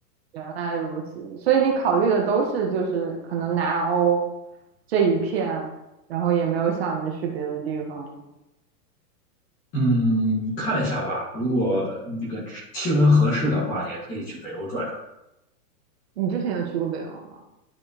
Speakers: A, on the right; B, on the left.
A: 原来如此，所以你考虑的都是就是可能南欧这一片，然后也没有想着去别的地方。
B: 嗯，看一下吧，如果这个气温合适的话，也可以去北欧转转。
A: 你之前有去过北欧吗？